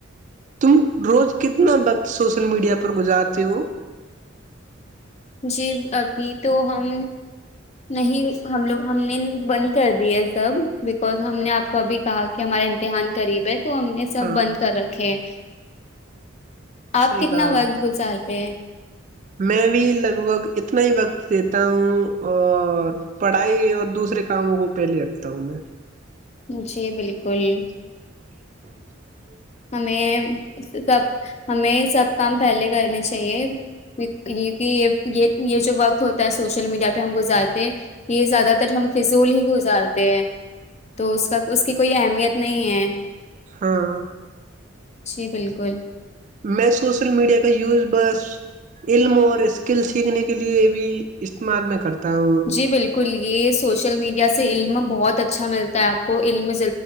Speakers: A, on the right (about 40°); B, on the left (about 35°).
A: تم روز کتنا وقت سوشل میڈیا پر گزارتے ہو
B: جی ابھی تو ہم نہیں ہم لوگ ہم نے بند کر د ہے سب بکوز ہم نے آپ کو ابھی کہا کہ ہمارا امتحان قریب ہے تو ہم نے سب
A: ہاں
B: بند کر رکھے آپ
A: صحیح
B: کتنا
A: کہا
B: وقت گزارتے ہیں
A: میں بھی لگ بھگ اتنا ہی وقت دیتا ہوں اور پڑھائی اور دوسرے کاموں کو پہلے رکھتا ہوں میں
B: جی بالکل
A: چ <unintelligible>
B: ہمیں سب ہمیں سب کام پہلے کرنے چاہی اہے کہ یہ یہ یہ جو وقت ہوتا ہے سوشل میڈیا پہ ہم گزارتے یہ زیادہ تر ہم فضول ہی گزارتے ہیں تو اس کا اس کی کوئی اہمیت نہیں ہے
A: ہاں
B: جی بالکل
A: میں سوشل میڈیا کا یوز بس علم اور اسکل سیکھنے کے لیئے بھی استعمال میں کرتا ہوں
B: جی بالکل یہ سوشل میڈیا سے علم بہت اچھا ملتا ہے آپ کو علم